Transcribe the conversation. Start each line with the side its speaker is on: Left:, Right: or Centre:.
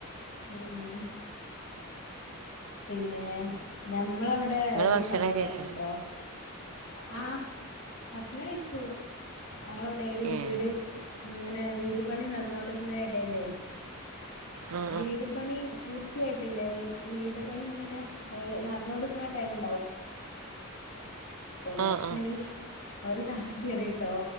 Left: ഉം പിന്നെ ഞമ്മളെവിടെ
Right: നിങ്ങള്
Left: ഒരു
Right: ഭക്ഷണൊക്കെ
Left: സംഭവം ഉണ്ടായിനിട്ടോ
Right: കഴിച്ചോ
Left: ആഹ് ഭക്ഷണഴിച്ചു ഞങ്ങളവിടെ ഒരു
Right: ഏ
Left: വീട് ഇങ്ങനെ വീട് പണി നടന്നോണ്ടിരിക്കുന്ന ഇടല്ലേ
Right: ആ
Left: വീട് പണി പൂർത്തിയായിട്ടില്ല വീട് പണി ഇങ്ങനെ നടന്നോണ്ട്ക്ക്ണ ടൈം ഉണ്ടാവ - പോലോ
Right: ആ ആ ആ
Left: <unintelligible> ഒരു കള്ളൻ കേറിട്ടോ